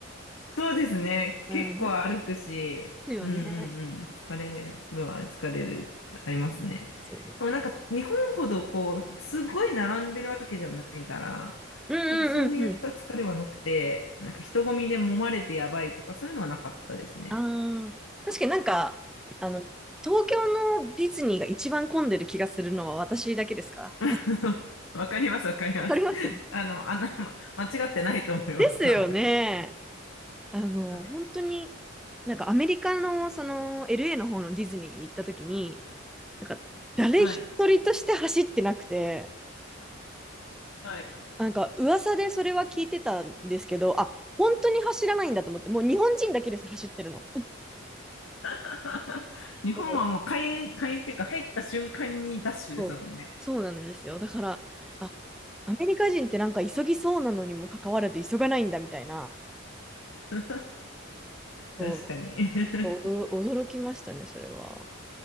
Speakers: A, on the left; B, in the centre.
A: そうですね。
B: なるほどで
A: 結構歩くし、
B: すよね。
A: うんうんうん。疲れるは疲れる、ありますね。
B: そうね
A: でもなんか日本ほどこう、すごい並んでるわけじゃないから、
B: うんうんうんう
A: なんかそういった疲れはなくて、なんか人混みで揉まれてやばいとかそういうのはなかったですね。
B: ん。ああ、確かになんか、あの、東京のディズニーが一番混んでる気がするのは私だけですか
A: <laughs> わかります、わかります。
B: わかります
A: あの、あんな、間違ってないと思います、
B: ですよね。
A: 多分。
B: あの、
A: はい。
B: 本当になんかアメリカのその LA の方のディズニーに行った時に、なんか誰一人として走ってなくて、
A: はい。はい
B: なんか噂でそれは聞いてたんですけど、あ、本当に走らないんだと思って、もう日本人だけです、走ってるの。
A: <laughs> 日本はもう開園、
B: そう、
A: 開園っていうか入った瞬間にダッシュですもんね。
B: そう。そうなんですよ。だから、あ、アメリカ人ってなんか急ぎそうなのにもかかわらず急がないんだみたいな、
A: <laughs>
B: そうちょっと驚、
A: 確かに。<laughs>
B: 驚きましたね、それは。